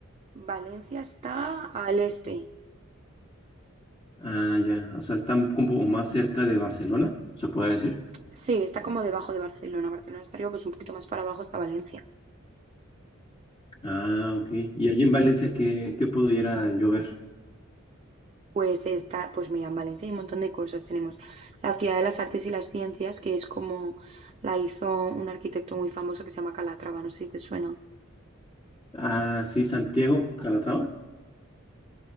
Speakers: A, on the right; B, on the left.
A: Valencia está al este.
B: Ah, ya. O sea, están como más cerca de Barcelona, se puede decir.
A: Sí, está como debajo de Barcelona. Barcelona estaría pues un poquito más para abajo está Valencia.
B: Ah, ok. ¿Y allí en Valencia qué, qué pudiera yo ver?
A: Pues está, pues mira, en Valencia hay un montón de cosas. Tenemos la Ciudad de las Artes y las Ciencias, que es como la hizo un arquitecto muy famoso que se llama Calatrava, no sé si te suena.
B: Ah, sí, Santiago, Calatrava.